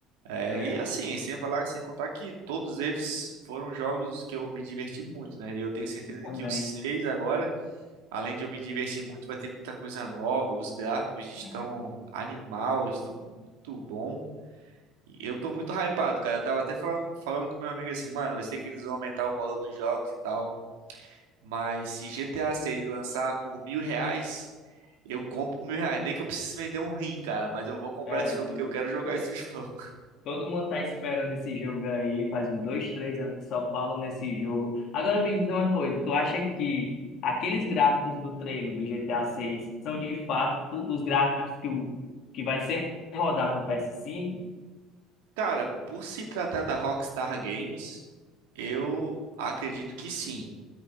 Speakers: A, on the right; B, on the left.
A: É,
B: é,
A: e assim, sem falar, sem contar que todos eles foram jogos que eu me diverti muito, né? Eu tenho certeza
B: também.
A: que os seis agora, além de eu me divertir muito, vai ter muita coisa nova. Os gráficos estão
B: né?
A: animal, estão muito bom. E eu tô muito hypado, cara. Eu tava até falando, falando com meu amigo assim, mano, eu sei que eles vão aumentar o valor dos jogos e tal. Mas se GTA 6 lançar por mil reais, eu compro por mil reais. Nem que eu precise vender um rim, cara, mas eu vou comprar
B: É,
A: esse jogo porque eu quero jogar esse <laughs> jogo.
B: Todo mundo tá esperando esse jogo aí, faz uns dois, três anos que só falam nesse jogo. Agora me diz uma coisa, tu acha que aqueles gráficos do trailer do GTA 6 são de fato os gráficos que, o, que vai ser rodado no ps cinco?
A: Cara, por se tratar da Rockstar Games, eu acredito que sim.